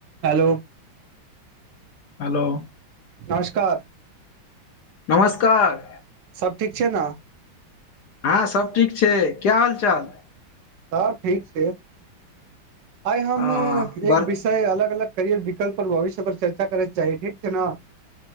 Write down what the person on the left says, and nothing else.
hello
नमस्कार
हँं सब ठीक छैय क्या हाल चाल?
आ
बड़